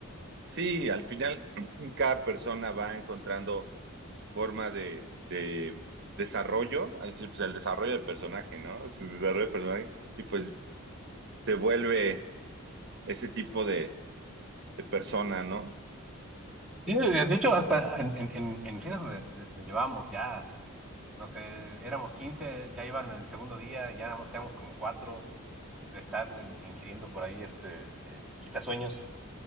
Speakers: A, on the right; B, in the centre.
A: sí, al final <clears throat> cada persona va encontrando su forma de, de desarrollo, es decir, pues, el desarrollo de personaje, ¿no? Su desarrollo de personaje, y pues te vuelve ese tipo de, de persona, ¿no?
B: Y de de hecho, hasta en, en, en, en fiestas donde, donde llevábamos ya, no sé, éramos quince ya iban en el segundo día, ya nada más quedamos como cuatro de estar in- ingiriendo por ahí este eh, quitasueños.